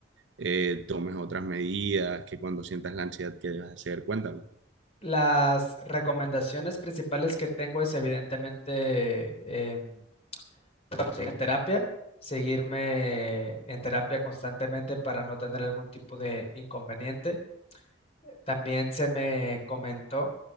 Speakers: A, on the right (about 80°); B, on the left (about 35°).
A: eh, tomes otras medidas, que cuando sientas la ansiedad, ¿qué debes hacer? Cuéntame.
B: las recomendaciones principales que tengo es evidentemente, em, bueno, seguir en terapia, seguirme en terapia constantemente para no tener algún tipo de inconveniente También se me comentó